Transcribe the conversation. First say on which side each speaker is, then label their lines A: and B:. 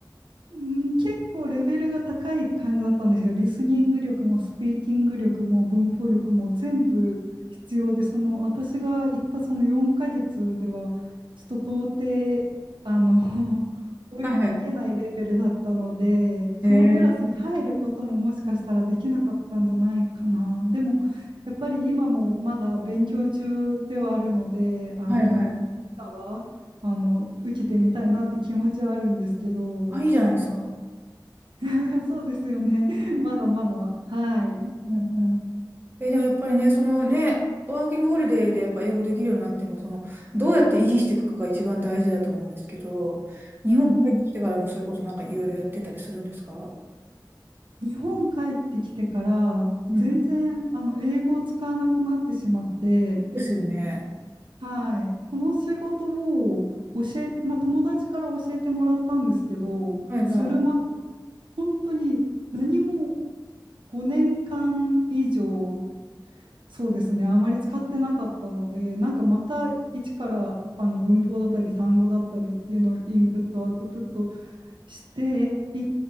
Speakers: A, on the right; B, on the right.
A: うん、結構レベルが高い感じだったんですよ。リスニング力もスピーキング力も文法力も全部必要で、その私が行ったその4ヶ月では、ちょっと到底、あの、<laughs> 追いつけないレベルだったので、
B: はいはい。
A: そのクラスに入ることももしかしたらできなかったんじゃないかな。
B: へえ、
A: でも、やっぱり今もまだ勉強中ではあるので、あの、
B: はいはい。
A: いつかは、あの、受けてみたいなって気持ちはあるんですけど、
B: あ、いいじゃないですか。
A: <laughs> そうですよね。<laughs>
B: う
A: まだまだ。はい。
B: んうんうんえ、でもやっぱりね、そのね、ワーキングホリデーでやっぱ英語できるようになっても、その、どうやって維持していくかが一番大事だと思うんですけど、日本帰ってきてからもそういうことなんかいろいろやってたりするんですか
A: うんうん。日本帰ってきてから、
B: うん。
A: 全然、あの、英語を使わなくなってしまって、
B: ですよね。
A: はい。この仕事を教え、まあ、友達から教えてもらったんですけど、
B: はいはい。
A: するまで、本当に何も5年間以上そうですね。あまり使ってなかったので、なんかまた一からあの文法だったり単語だったりっていうのをインプット、アウトプットしていっ